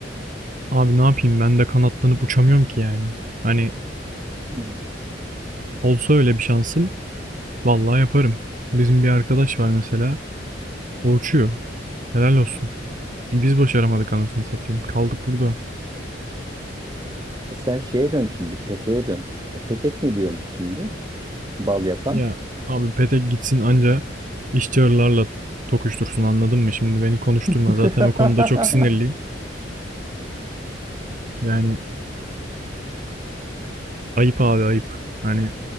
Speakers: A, on the right; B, on the right.
A: Abi ne yapayım ben de kanatlanıp uçamıyorum ki yani. Hani
B: Hmm.
A: olsa öyle bir şansım vallahi yaparım. Bizim bir arkadaş var mesela. O uçuyor. Helal olsun. Bir biz başaramadık anasını satayım. Kaldık burada.
B: E sen şeye dön şimdi peteğe dön. E petek ne diyormuş şimdi? Bal yapan.
A: Ya abi petek gitsin anca işçilerle tokuştursun anladın mı? Şimdi beni konuşturma.
B: <laughs>
A: Zaten o konuda çok sinirliyim. Yani ayıp abi ayıp. Hani